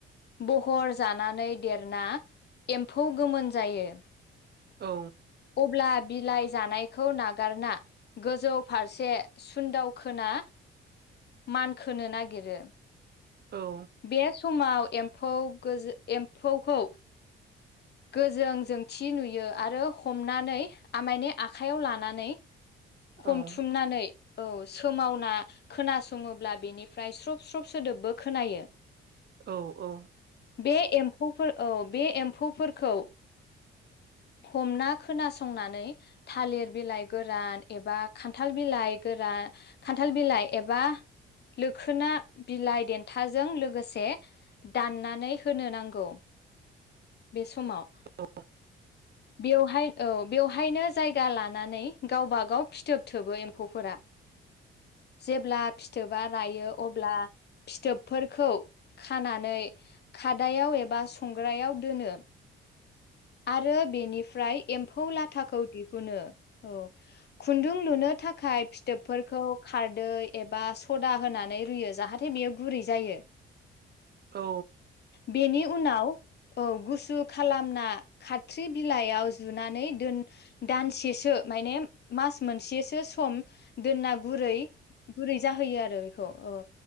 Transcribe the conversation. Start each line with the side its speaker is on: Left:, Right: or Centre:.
Left: बहर जा नानै देरना एम्फौ गोमोन जायो।
Right: औ
Left: अब्ला बिलाइ जानायखौ नागारना गोजौ फारसे सुनदाव खोना मान खोनो नागिरो।
Right: औ
Left: बे समाव एमफौ गोजो एम्फौखौ गोजों जोंथि नुयो आरो हमनानै आमाइनि आखाइयाव लानानै हमथुमनानै
Right: औ औ
Left: औ सोमावना खोनासंङोब्ला बेनिफ्राय स्रब स्रब सोदोबबो खोनायो।
Right: औ औ
Left: बे एम्फौ औ बे एम्फौफोरखौ हमना खोनासंनानै थालिर बिलाइ गोरान एबा खान्थाल बिलाइ गोरान आ खान्थाल बिलाइ एबा लोखोना बिलाइ देन थाजों लोगोसे दाननानै होनो नांगौ, बे समाव
Right: अ
Left: बेवहाय औ बेवहायनो जायगा लानानै गावबागाव फिथोब थोबो एम्फौफोरा जेब्ला फिथोबा रायो अब्ला फिथोबफोरखौ खानानै खादायाव एबा संग्रायाव दोनो आरो बेनिफ्राय एम्फौ लाथाखौ दिहुनो। औ खुन्दुं लुनो थाखाय फिथोबफोरखौ खारदै एबा सदा होनानै रुयो जाहाथे बेयो गुरै जायो। <inaudible>
Right: औ।
Left: बेनि उनाव औ गुसु खालामना खाथ्रि बिलाइयाव जुनानै दोन दानसेसो माने मास मोनसेसो सम दोनना गुरै गुरै जाहोयो आरो बेखौ औ।